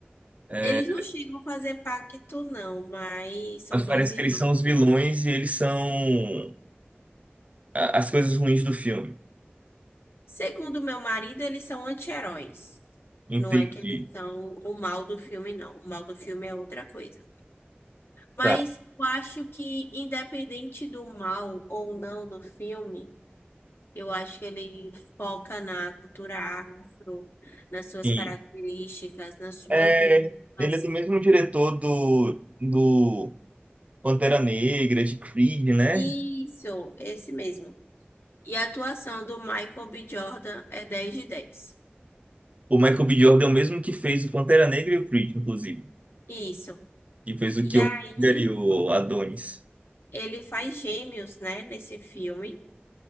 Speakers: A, on the right; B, on the left.
A: É,
B: Eles não chegam a fazer pacto, não, mas são
A: mas parece
B: dois irmãos.
A: que eles são os vilões
B: sim.
A: e eles são a- as coisas ruins do filme.
B: Segundo meu marido, eles são anti-heróis.
A: Entendi.
B: Não é que eles são o mal do filme, não. O mal do filme é outra coisa. Mas
A: Tá.
B: eu acho que, independente do mal ou não do filme, Eu acho que ele foca na cultura afro, nas suas
A: Sim.
B: características, nas suas
A: É,
B: músicas.
A: ele é do mesmo diretor do, do Pantera Negra, de Creed, né?
B: Isso, esse mesmo. E a atuação do Michael B. Jordan é 10 de 10.
A: O Michael B. Jordan é o mesmo que fez o Pantera Negra e o Creed, inclusive.
B: Isso.
A: Que fez o
B: E
A: Killmonger
B: aí,
A: e o Adonis.
B: ele faz gêmeos, né, nesse filme.